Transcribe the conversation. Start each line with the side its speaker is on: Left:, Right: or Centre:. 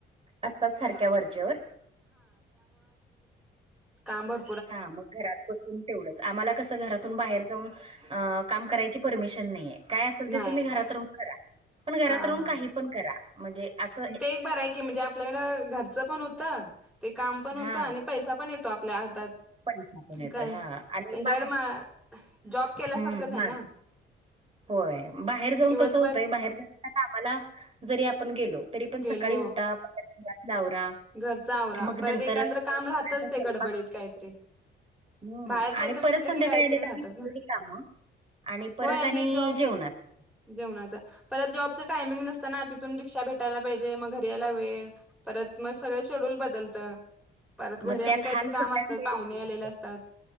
Right: असतात सारख्या वरचेवर.
Centre: कांबर.
Right: हा, मग घरात बसून. तेवढंच आम्हाला कसं घरातून बाहेर जाऊन अ काम करायची परमिशन नाहीय. काय असेल ते
Centre: नाही
Right: तुम्ही
Centre: आहे
Right: घरात
Centre: का
Right: राहून करा पण घरात
Centre: हा
Right: राहून
Centre: हा
Right: काही पण करा म्हणजे अस.
Centre: ते एक बरं आहे की, म्हणजे आपल्याकडं घरचं पण होतं ते काम पण होतं
Right: हा
Centre: आणि. पैसा पण येतो आपल्या हातात.
Right: पैसा पण येतोय
Centre: काय
Right: हा आणि
Centre: त्यांच्याकडे
Right: बाहेर
Centre: म जॉब केल्यासारखंच
Right: हम्म
Centre: आहे
Right: माग
Centre: ना.
Right: होय बाहेर जाऊन
Centre: दिवसभर
Right: कसं होतंय बाहेर जाण्या कामाला जरी आपण गेलो. तरी पण
Centre: गेले
Right: सकाळी
Centre: हो
Right: उठा परत घरातल आवरा
Centre: घरचा आवरा
Right: मग
Centre: परत
Right: नंतर
Centre: एकंद्र काम
Right: सगळ्यांचा
Centre: राहतच
Right: स्वयंपाक
Centre: ते गडबडीत कायच. तरी
Right: हम्म
Centre: बाहेर जायचं
Right: आणि
Centre: म्हणलं
Right: परत संध्याकाळी
Centre: की, काय
Right: आले
Centre: तर
Right: का
Centre: राहतच
Right: ती केलेली
Centre: ना
Right: कामं आणि परत
Centre: होय. आणि जॉब
Right: जेवणाच
Centre: जेवणाचं परत जॉबच टायमिंग नसतं ना तिथून रिक्षा भेट''--'' टायला पाहिजे मग घरी यायला वेळ परत मग सगळं शेड्यूल बदलतं. परत घरी
Right: मग
Centre: आणि
Right: त्यात
Centre: काहीतरी
Right: हाल
Centre: काम
Right: सगळ्यात
Centre: असतात
Right: लेडीजचे
Centre: पाहुणे
Right: घेतात.
Centre: आलेले असतात